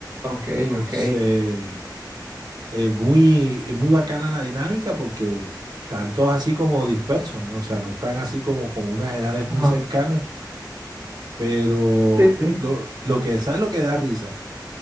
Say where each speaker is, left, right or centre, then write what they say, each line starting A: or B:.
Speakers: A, on the right; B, on the right.
A: ok,
B: Entonces,
A: ok.
B: es muy, es muy bacana la dinámica porque están todos así como dispersos, ¿no? O sea, no están así como con unas edades muy
A: Ajá.
B: cercanas. Pero
A: Sí, sí.
B: lo, lo que es lo que da risa.